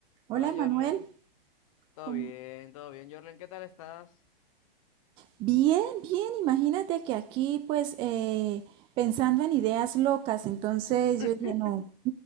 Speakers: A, on the right; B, on the left.
A: Hola
B: Hola
A: Manuel,
B: Jorlen, todo
A: ¿cómo?
B: bien, todo bien. Jorlen, ¿qué tal estás?
A: Bien, bien, imagínate que aquí pues eh, pensando en ideas locas, entonces
B: <laughs>
A: yo dije, no,